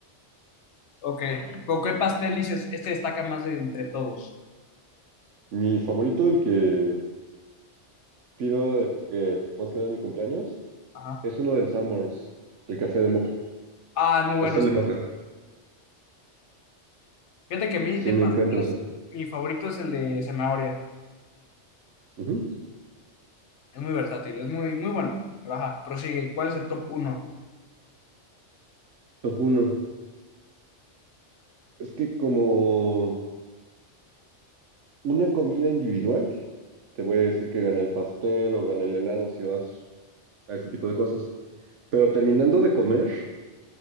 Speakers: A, on the left; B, on the right.
A: ok. ¿Con qué pastel dices? Este destaca más de entre todos.
B: Mi favorito, el que pido de que más que nada en mi cumpleaños,
A: Ajá.
B: es uno del Sanborns, el café de moca,
A: Ah, muy bueno,
B: pastel
A: sí.
B: de moca.
A: Fíjate que a mí,
B: Sí,
A: de
B: me
A: pasteles,
B: encanta ese.
A: mi favorito es el de zanahoria.
B: Ujú.
A: Es muy versátil, es muy, muy bueno. Pero ajá, prosigue. ¿Cuál es el top uno?
B: Top 1. Es que como una comida individual, te voy a decir que gané el pastel o gané el helado si vas a ese tipo de cosas. Pero terminando de comer,